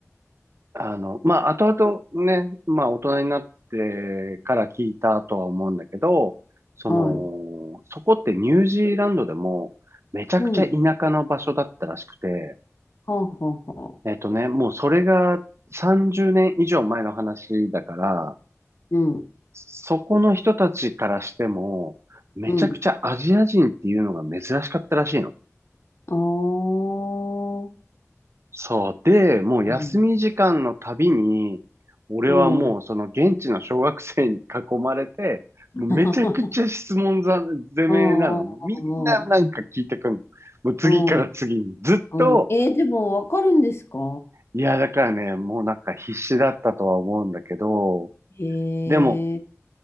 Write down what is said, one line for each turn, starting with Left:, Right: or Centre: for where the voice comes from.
Right: あの、まあ、後々ね、まあ、大人になってから聞いたとは思うんだけど、その、
Left: う、はい。
Right: そこってニュージーランドでも、めちゃくちゃ田舎の場所だったらしくて、
Left: うん。はあ、はあ、はあ。
Right: えっとね、もうそれが30年以上前の話だから、
Left: うん、
Right: そこの人たちからしても、めちゃくちゃアジア人っていうのが珍しかったらしいの。
Left: うん。ああ、
Right: そう。で、もう休み時間のたびに、
Left: うん、
Right: 俺はもうその現地の小学生に囲まれて、
Left: うん。<laughs>
Right: もうめちゃくちゃ質問ざ攻めなの。
Left: う
Right: もうみんななんか聞いてくんの。
Left: ん、うん、
Right: もう次から次に。
Left: うん。
Right: ずっと、
Left: うん。えー、でも、わかるんですか
Right: いや、だからね、もうなんか必死だったとは思うんだけど、
Left: へえ、
Right: でも、